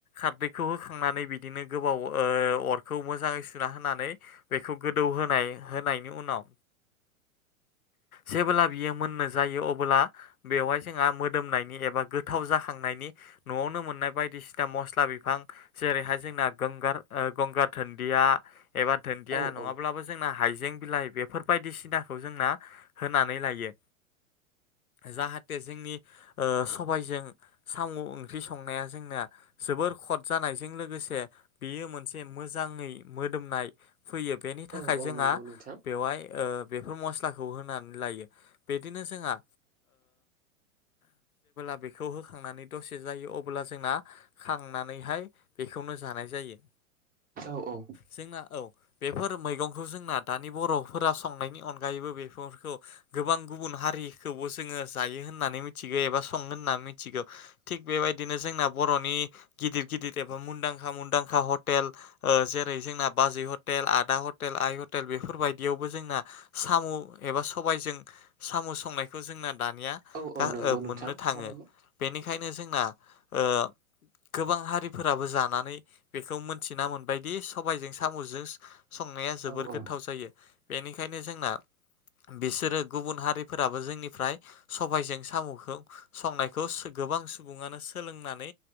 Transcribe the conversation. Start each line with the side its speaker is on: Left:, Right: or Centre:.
Left: खारदैखौ होखांनानै बिदिनो गोबाव ओ अरखौ मोजाङै सुना होनानै बेखौ गोदौ होन होनाय होनायनि उनाव जेब्ला बियो मोननो जायो अब्ला बेवहाय जोंहा मोदोमनायनि एबा गोथाव जाखांनायनि न'आवनो मोननाय बायदिसिना मस्ला बिफां जेरैहाय जोंना गोंगार गंगार दुन्दिया एबा दुन्दिया
Right: औ
Left: नङाब्लाबो
Right: औ
Left: जोंना हाइजें बिलाइ बेफोरबायदि सिनाखौ जोंना होनानै लायो जाहाथे जोंनि ओ सबायजों साम' ओंख्रि संनाया जोंना जोबोर खद जानायजों लोगोसे बि बियो मोनसे मोजाङै मोदोमनाय फैयो बेनि थाखाय
Right: औ औ
Left: जोंहा
Right: नंगौ नोंथां
Left: बेवहाय ओ बेफोर मस्लाखौ होनानै लायो बिदिनो जोंहा <unintelligible> बेखौ होखांनानै दसे जायो अब्ला जोंना खांनानैहाय बेखौनो जानाय जायो।
Right: औ औ
Left: जोंना औ बेफोर मैगंखौ जोंना दानि बर'फोरा संनायनि अनगायैबो बेफोरखौ गोबां गुबुन हारि रिखौबो जोङो जायो होननानै मिथिगो एबा संगोन होनना मिथिगौ थिग बेबायदिनो जोंना बर'नि गिदिर गिदिर एबा मुुंदांखा मुंदांखा <unintelligible> <unintelligible> जेरै जोंना बाजै हटेल आदा हटेल आइ हटेल बेफोरबायायदियावबो जोंना साम' एबा सबायजों साम' संनायखौ जोंना दानिया
Right: औ औ
Left: गा
Right: नंगौ
Left: ओ
Right: नोंथां
Left: मोननो थाङो
Right: थारैनो
Left: बेनिखायनो जोंना ओ गोबां हारिफोराबो जानानै बेखौ मोनथिना मोनबायदि सबायजों साम'जों संनाया जोबोर
Right: औ औ
Left: गोथाव जायो बेनिखायनो जोंना बिसोरो गुबुन हारिफोराबो जोंनिफ्राय सबाइजों साम'खौ संनायखौ गोबां सुबुङानो सोलोंनानै